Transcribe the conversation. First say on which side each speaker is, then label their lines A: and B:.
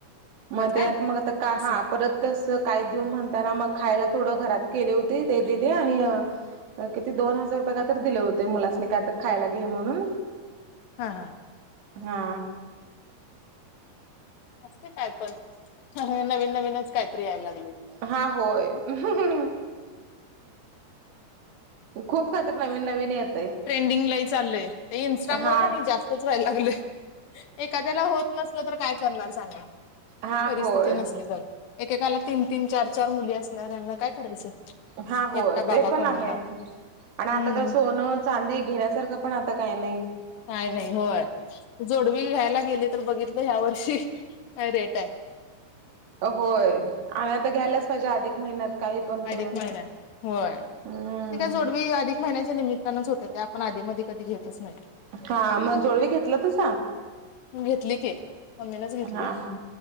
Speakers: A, on the left (about 75°); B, on the right (about 75°).
A: होय
B: मग
A: काय
B: त्यात मग आता
A: असं
B: हा परत तस काय देऊ म्हणताना मग खायला थोडं घरात केले हो ते दिले आणि किती दोन हजार रुपये का तर दिले होते मुलासनी काय तर खायला घे म्हणून
A: हा हां
B: हा
A: असते काय करण ना भन भन काहीतरी यायला लागले
B: हा होय खूप खातर नवीन नवीन येत
A: ट्रेंडिंग लाही चालय इंस्टा
B: हा
A: मुळ का नाही जास्तच व्हायला लागलय एखाद्याला होत नसल तर काय करणार सांगा
B: हा
A: परिस्थिती
B: होय
A: नसली तर एकेकाला तीन तीन चार चार मुली असल्या त्यांना काय करायचं
B: हा हो
A: एकटा बाबा
B: ते पण
A: कमवणार.
B: आहे आणि आता
A: हम्म
B: तर सोनच चांदी घेण्यासारखं पण आता काही नाही
A: काय नाही होय जोडवी घ्यायला गेली तर बघितलं ह्या वर्षी रेट आहे
B: होय आणि आता घ्यायलाच पाहिजे अधिक महिन्यात काही पण करून.
A: अधिक महिना होय
B: हम्म
A: ते काय जोडवी अधिक महिन्याच्या निमित्तानंच होत ते आपण आधी मध कधी घेतच नाही
B: हा मग जोडवी घेतला तुझ
A: म घेतली के मम्मीनच घेतली
B: हा हा.